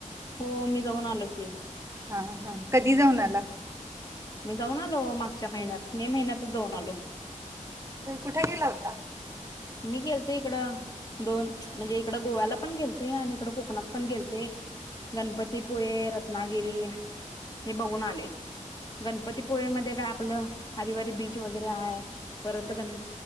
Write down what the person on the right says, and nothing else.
हा हा कधी जाऊन आला
त कुठे गेला होता